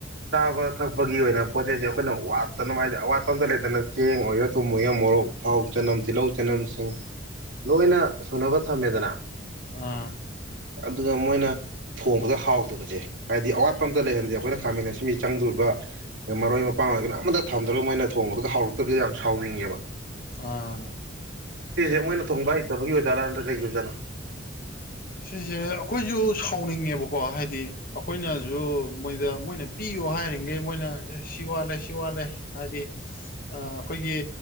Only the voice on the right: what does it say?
ꯆꯥꯕ ꯊꯛꯄꯒꯤ ꯑꯣꯏꯅ ꯄꯣꯠ ꯆꯩꯩꯁꯦ ꯑꯩꯈꯣꯏꯅ ꯋꯥꯠꯇꯅꯕ ꯍꯥꯏꯗꯤ ꯑꯋꯥꯠꯄ ꯑꯃꯇ ꯂꯩꯇꯅ ꯆꯦꯡ ꯑꯣꯏꯒꯦꯔꯥ ꯊꯨꯝ ꯑꯣꯏꯔꯣ ꯃꯣꯔꯣꯛ ꯊꯥꯎ ꯆꯅꯝ ꯇꯤꯜꯍꯧ ꯆꯅꯝꯁꯤꯡ ꯂꯣꯏꯅ ꯁꯨꯅꯕ ꯊꯝꯃꯦꯗꯅ
ꯑꯗꯨꯒ ꯃꯣꯏꯅ ꯊꯣꯡꯕꯗ ꯍꯥꯎꯇꯕꯖꯦ ꯍꯥꯏꯗꯤ ꯑꯋꯥꯠꯄ ꯑꯝꯇ ꯂꯩꯍꯟꯗꯦ ꯑꯩꯈꯣꯏꯅ ꯈꯥꯃꯤꯟ ꯑꯁꯤꯟꯕꯤ ꯆꯪꯗꯣꯔꯤꯕ ꯃꯔꯣꯏ ꯃꯄꯥꯡ ꯑꯣꯏꯒꯅ ꯑꯃꯗ ꯊꯝꯗ꯭ꯔꯒ ꯃꯣꯏꯅ ꯊꯣꯡꯕꯗꯨꯒ ꯍꯧꯔꯛꯇꯕꯤꯗ ꯌꯥꯝ ꯁꯥꯎꯅꯤꯡꯉꯦꯕ
ꯁꯤꯁꯦ ꯃꯣꯏꯅ ꯊꯣꯡꯕ ꯍꯩꯇꯕꯒꯤ ꯑꯣꯏꯖꯥꯠꯂ ꯅꯠꯇ꯭ꯔꯒ ꯀꯩꯒꯤ ꯑꯣꯖꯥꯠꯅꯣ